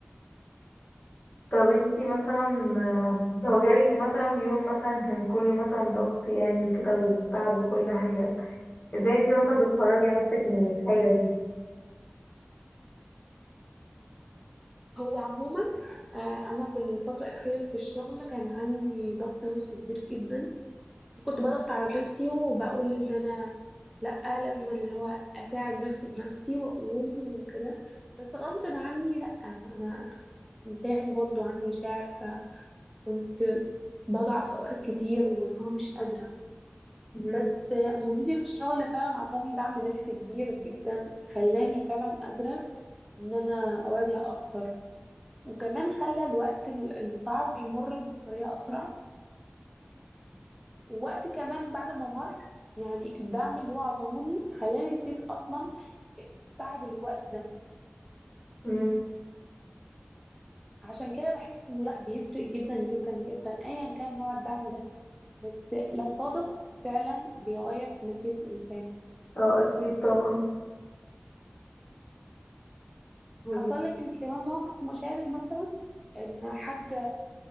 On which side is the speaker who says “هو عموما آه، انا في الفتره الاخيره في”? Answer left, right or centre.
Centre